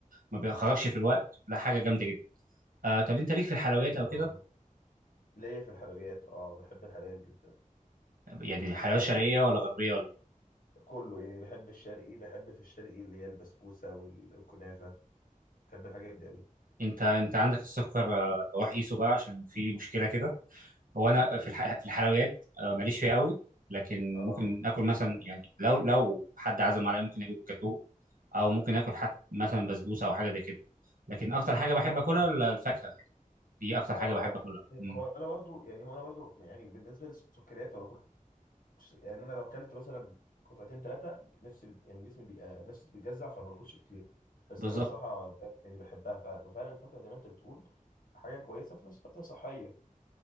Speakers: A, on the right; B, on the left.
A: ما بيأخركش في الوقت، لا حاجة جامدة جدا. آه طب أنت ليك في الحلويات
B: جامد
A: أو
B: ده
A: كده؟
B: والله ليا في الحلويات اه بحب الحلويات جدا
A: يعني حلاوة
B: مش عارف
A: شرقية ولا غربية ولا إيه؟
B: كله يعني بحب الشرقي بحب في الشرقي اللي هي البسبوسة والكنافة بحب الحاجات دي قوي
A: أنت أنت عندك السكر آه، روح قيسه بقى عشان في مشكلة كده هو أنا
B: ال
A: في
B: الايه
A: الح... في الحلويات آه، ماليش فيها قوي لكن
B: اه
A: ممكن آكل مثلا يعني لو لو حد عزم عليا ممكن آكل جاتوه أو ممكن آكل حتى مثلا بسبوسة أو حاجة زي كده لكن أكتر حاجة بحب
B: هو
A: آكلها ال- الفاكهة دي أكتر حاجة
B: اه
A: بحب آكلها مم.
B: هو انا برضو يعني هو انا برضو يعني بالنسبة للسكريات ولا كنتش يعني انا لو اكلت مثلا قطعتين ثلاثة نفسي بت- يعني جسمي بيبقى نفسي بتجزع فما باكلش كتير بس
A: بالظبط
B: انا بصراحة ب- يعني بحبها فعلا وفعلا الفاكهة زي ما انت بتقول حاجة كويسة في نفس الوقت هي صحية